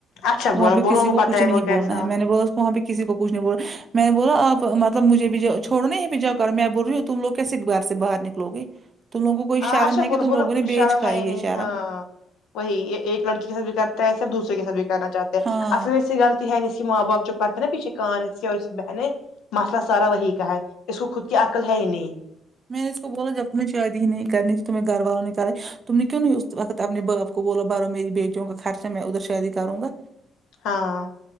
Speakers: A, on the left; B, on the right.
A: اچھا
B: وہاں
A: بولو
B: پہ
A: بولو
B: کسی
A: ان
B: کو
A: پتہ
B: کچھ
A: ہے
B: نہیں
A: وہ کیسا
B: بولنا ہے میں نے بولا وہاں پہ کسی کو کچھ نہیں بول رہے میں نے بولا آپ مطلب مجھے بھی چھوڑ نہیں ہیں اب جا کر میں بول رہی ہوں تم لوگ کیسے دیوار سے باہر نکلو گے تم لوگوں کوئی
A: ہاں
B: شرم
A: اچھا
B: ہے کہ
A: بولو
B: تم
A: بولو
B: لوگوں نے
A: شرم
B: بیچ کھائے
A: ہے
B: یہ
A: ہی نہیں
B: شرم
A: ہاں وہی یہ ایک لڑکی کے ساتھ بھی کرتا ہے صرف دوسرے کے ساتھ بھی کرنا چاہتے ہیں
B: ہاں
A: اصل میں یال ہے اس کی ماں باپ جو پڑتے نا پیچھے کان ہے اس کیا اس بہن ہے مسئلہ سارا وہی کہا ہے اس کو خود کی عقل ہے ہی نہیں
B: میں نے اس کو بولا جب تمہیں شادی ہی نہیں کرنی تھی تمہیں گھر والوں کرائی تم نے کیوں نہیں اس وقت اپنے باپ کو بولو بارو میری بٹیوں کا خرچ ہے میں ادھر شادی کروں گا
A: ہاں